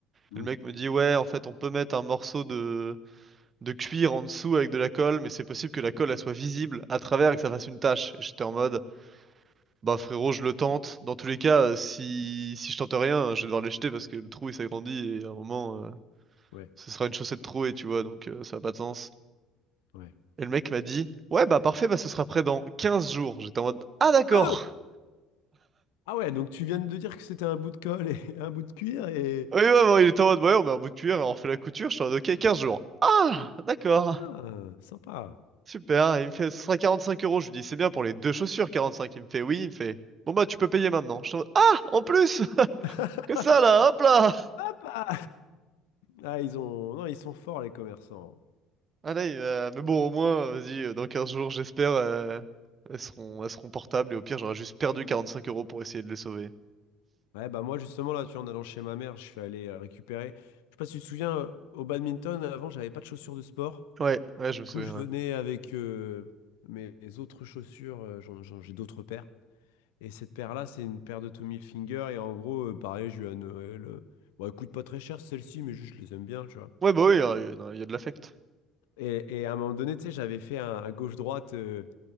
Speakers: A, on the left (about 70°); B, on the right (about 35°).
A: Hmm.
B: Et le mec me dit ouais en fait on peut mettre un morceau de de cuir en dessous avec de la colle, mais c'est possible que la colle elle soit visible à travers et que ça fasse une tache. Et J'étais en mode bah frérot je le tente. Dans tous les cas, euh, si si je tente rien, je vais devoir les jeter parce que le trou il s'agrandit et à un moment. euh,
A: Ouais,
B: ce sera une chaussette trouée, tu vois, donc euh, ça n'a pas de sens.
A: ouais.
B: Et le mec m'a dit, ouais, bah parfait, bah ce sera prêt dans 15 jours. J'étais en mode, ah d'accord.
A: Ah Ah ouais, donc tu viens de dire que c'était un bout de colle et <laughs> un bout de cuir et...
B: Oui, ouais, ouais, il était en mode, ouais, on met un bout de cuir et on refait la couture. J'étais en mode, ok, 15 jours. Ah, d'accord.
A: Ah, sympa.
B: Super. Et il me fait, ce sera 45 euros. Je lui dis, c'est bien pour les deux chaussures, 45. Il me fait, oui, il me fait, bon bah tu peux payer maintenant. J'étais en mode, ah, en plus! <laughs>
A: <laughs>
B: Que ça là, hop là!
A: Sympa. Ah, ils ont... Non, ils sont forts, les commerçants.
B: Ah là, il, euh, mais bon, au moins, euh, vas-y, euh, dans 15 jours, j'espère, euh, elles seront, elles seront portables et au pire, j'aurais juste perdu 45 euros pour essayer de les sauver.
A: Ouais, bah moi justement là, tu vois, en allant chez ma mère, je suis allé euh, récupérer. Je sais pas si tu te souviens, euh, au badminton, avant, j'avais pas de chaussures de sport.
B: Ouais, ouais,
A: Du
B: je me
A: coup,
B: souviens.
A: je venais
B: ouais.
A: avec euh, mes mes autres chaussures, euh, j'en- j'en- j'ai d'autres paires. Et cette paire-là, c'est une paire de Tommy Hilfiger. Et en gros, euh, pareil, j'ai eu à Noël. euh, Bon, elle coûte pas très cher celle-ci, mais juste je les aime bien, tu vois.
B: Ouais, bah oui, euh, non, il y a de l'affect.
A: Et, et à un moment donné, tu sais, j'avais fait un, un gauche-droite euh,